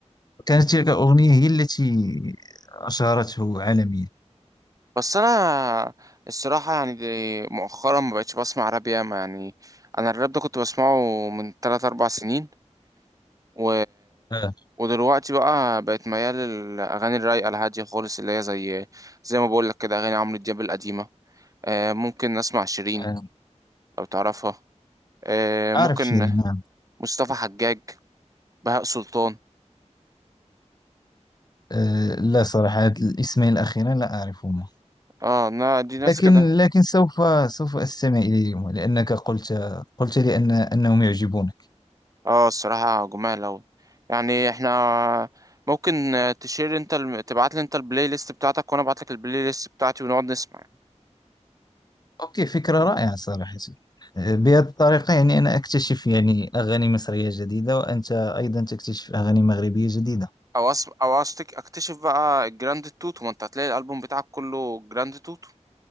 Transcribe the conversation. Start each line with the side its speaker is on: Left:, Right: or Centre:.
Left: كانت تلك الاغنيه هي التي اشهرته عالميا
Right: بس أنا الصراحة يعني دي مؤخرا ما بقتش بسمع راب ياما يعني أنا الراب ده كنت بسمعه من 3 أربع سنين و...
Left: آه.
Right: ودلوقتي بقى بقت ميال للأغاني الرايقة الهادية خالص اللي هي زي زي ما بقولك كده أغاني عمرو دياب القديمة آه، ممكن أسمع شيرين
Left: آه.
Right: لو تعرفها آه، ممكن
Left: اعرف شيرين نعم
Right: مصطفى حجاج بهاء سلطان
Left: آه. لا صراحه هاد الاسمين الاخيرين لا اعرفهما
Right: اه نا دي ناس
Left: لكن
Right: كده
Left: لكن سوف سوف استمع اليهما لانك قلت قلت لي ان انهم يعجبون
Right: اه الصراحة جمال أوي يعني احنا ممكن آه، تشير انت الم... تبعت لي انت البلاي ليست بتاعتك وانا ابعت لك البلاي ليست بتاعتي ونقعد نسمع يعني.
Left: اوكي فكرة رائعة صراحة أه، بهذه الطريقة يعني أنا أكتشف يعني أغاني مصرية جديدة وأنت أيضا تكتشف أغاني مغربية جديدة
Right: او أص... او أصتك... اكتشف بقى الجراند توتو ما انت هتلاقي الالبوم بتاعك كله جراند توتو